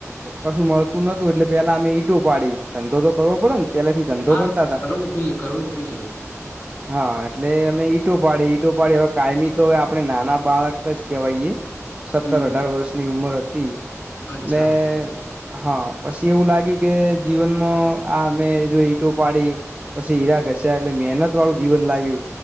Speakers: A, on the right; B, on the left.
A: કશું મળતું નતું એટલે પેલા અમે ઈટો પાડી ધંધો તો કરવો પડે ને પેલાથી ધંધો
B: હા
A: કરતા હતા
B: કરો જ જોઈએ કરો જ જોઈએ ભાઈ
A: હા એટલે અમે ઈટો પાડીએ ઈટો પાડીએ હવે કાયમી તોવે આપડણે નાના બાળક જ કહેવાયએ સત્તર
B: હમ હમ
A: અઢાર વર્ષની ઉંમર હતી
B: અચ્છા
A: એટલે હા પછી એવું લાગ્યું કે જીવનમાં આ મેમે જો ઈટો પાડી પછી હીરા ઘ હસ એટલે મહેનત વાળું જીવન લાગ્યું